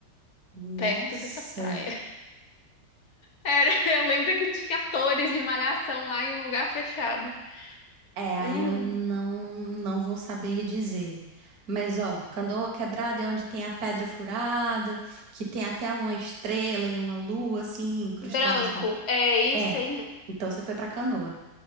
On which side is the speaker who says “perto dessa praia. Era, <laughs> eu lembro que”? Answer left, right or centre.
Left